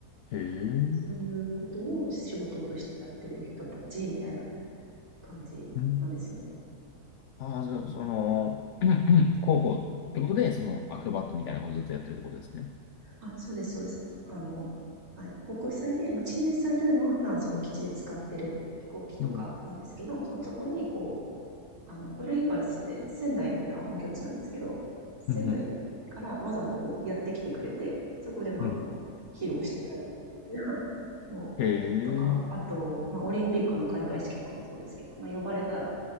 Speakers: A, on the left (about 65°); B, on the right (about 70°).
A: へえ、
B: そういうことを仕事としてやってる人たちみたいな感じなんですよね。
A: うん。ああ、じゃあ、その、<clears throat> 広報ってことで、その、アクロバットみたいなことずっとやってるってことですね。
B: あ、そうです、そうです。あの、はい、航空祭で、まあ、陳列されてるのは普段その基地で使ってる飛行機とかなんですけど、
A: うん、
B: そのそこにこう、あの、ブルーインパルスって仙台が本拠地なんですけど、仙台からわざわざこうやってきてくれて、
A: うん、うん、うん。
B: そこでまあ、
A: うん
B: あの、披露して帰っていくみたいな <laughs> のとか、
A: へえ、
B: あと、まあ、オリンピックの開会式とかもそうですけど、まあ、呼ばれたら、